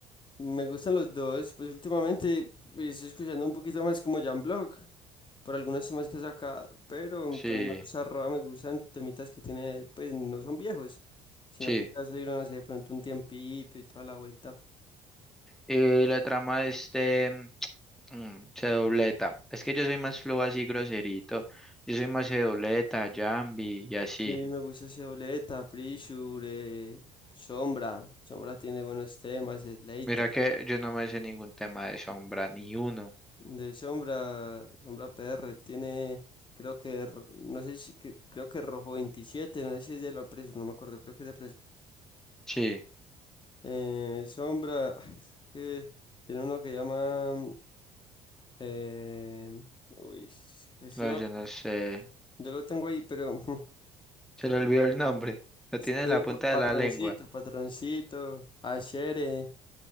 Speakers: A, on the left (about 30°); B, in the centre.
A: Me gustan los dos, pues últimamente pues, estoy escuchando un poquito más como Jan por algunos temas que ha sacado, pero
B: Sí,
A: también me gusta Roa, me gustan temitas que tiene, pues no son viejos, sino
B: sí.
A: que ya salieron hace de pronto un tiempito y toda la vuelta.
B: Y la trama de este mm, mm, se dobleta. Es que yo soy más flow así groserito. Yo soy más se dobleta, Jambi y así.
A: sí me gusta Seoleta, Pressure, eh, Sombra, Sombra tiene buenos temas, Slater.
B: Mira que yo no me sé ningún tema de sombra, ni uno.
A: De Sombra, Sombra PR tiene, creo que, ro- no sé si, que- creo que Rojo 27, no sé si es de la Pressure, no me acuerdo, creo que es de
B: Sí,
A: Eh, sombra, <laughs> <sighs> es que tiene uno que llama. eh, uy, ese
B: no,
A: yo,
B: yo no sé.
A: yo lo tengo ahí, pero <laughs>
B: Se le olvidó el nombre. Lo tiene
A: tiene
B: en la punta
A: pa- patroncito,
B: de la lengua.
A: patroncito, achere,